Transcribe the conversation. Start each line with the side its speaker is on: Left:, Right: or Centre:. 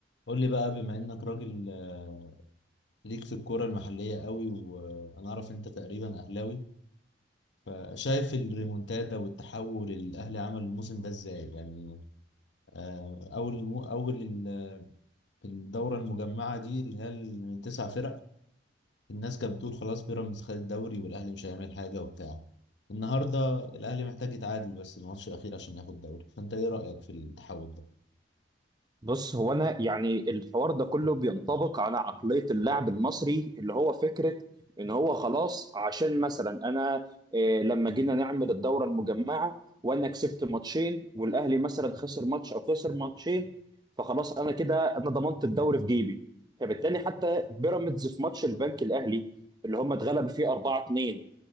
Left: قول لي بقى بما انك راجل آه، ليك في الكرة المحلية قوي وانا اعرف انت تقريبا اهلاوي آه، شايف الريمونتادا والتحول اللي الاهلي عمل الموسم ده ازاي يعني آه، اول المو اول ال- الدورة المجمعة دي اللي هي من تسع فرق الناس كانت بتقول خلاص بيراميدز خد الدوري والاهلي مش هيعمل حاجة وبتاع النهارده الاهلي محتاج يتعادل بس الماتش الاخير عشان ياخد الدوري فانت ايه رأيك في التحول ده؟
Right: بص هو انا يعني الحوار ده كله بينطبق على عقلية اللاعب المصري اللي هو فكرة ان هو خلاص عشان مثلا انا آه، لما جينا نعمل الدورة المجمعة وانا كسبت ماتشين والاهلي مثلا خسر ماتش او خسر ماتشين فخلاص انا كده انا ضمنت الدوري في جيبي فبالتالي حتى بيراميدز في ماتش البنك الاهلي اللي هم اتغلبوا فيه 4-2